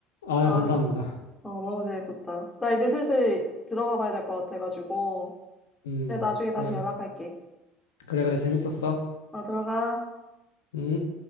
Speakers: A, on the left (about 80°); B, on the left (about 15°).
A: 아,
B: 아,
A: 감사합니다.
B: 씨. 어, 너무 재밌었다. 나 이제 슬슬 들어가 봐야 될 것 같아가지고.
A: 음,
B: 내가 나중에 다시
A: 그래,
B: 연락할게.
A: 그래, 그래, 재밌었어.
B: 아, 들어가.
A: 음.